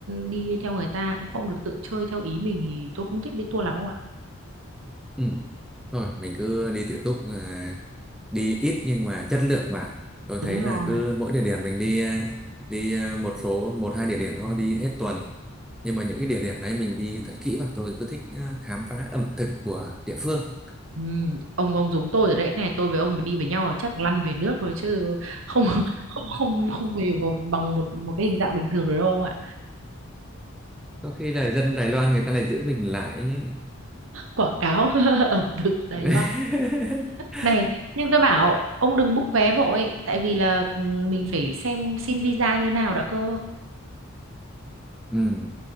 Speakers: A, on the right; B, in the centre.
A: đi theo người ta cũng không được tự chơi theo ý mình thì tôi không thích đi tour lắm không ạ
B: ừ. thôi mình cứ đi tự túc uh, đi ít nhưng mà chất lượng bạn tôi
A: đúng
B: thấy
A: rồi
B: là cứ mỗi địa điểm mình đi uh, đi uh, một số một hai địa điểm thôi đi hết tuần nhưng mà những cái địa điểm đấy mình đi thật kỹ vào tôi cứ thích uh, khám phá ẩm thực của địa phương
A: ừ, ông ông giống tôi rồi đấy này tôi với ông mà đi với nhau là chắc lăn về nước rồi chứ không <laughs> không không, không về vào- bằng một một cái hình dạng bình thường rồi đâu ông ạ
B: có khi là dân Đài Loan người ta lại giữ mình lại ấy.
A: quảng cáo <laughs> ẩm thực Đài
B: <laughs>
A: Loan Này, nhưng tôi bảo ông đừng book vé vội tại vì là ừ, mình phải xem xin visa như nào đã cơ.
B: ừ.